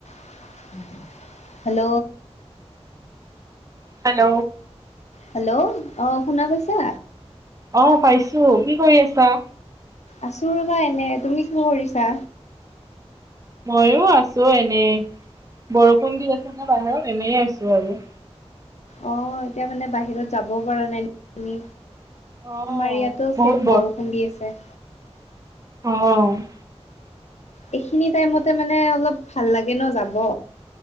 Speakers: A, on the left (about 85°); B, on the right (about 30°).
A: <inaudible> Hello!
B: Hello
A: hello! অ', শুনা পাইছা?
B: অ', পাইছো। কি কৰি আছা?
A: আছো ৰ'বা এনে, তুমি কো ৰিছা?
B: ময়ো আছো এনেই, বৰষুণ দি আছে নে বাহিৰত, এনে আছো আৰু।
A: অ', এতিয়া মানে বাহিৰত যাবও পৰা নাই,। নি
B: অহ
A: আমাৰ ইয়াতো
B: বহুত
A: ছেম বৰষুণ দি আছে।
B: অ'।
A: এইখিনি টাইমতে মানে অলপ ভাল লাগে ন যাব।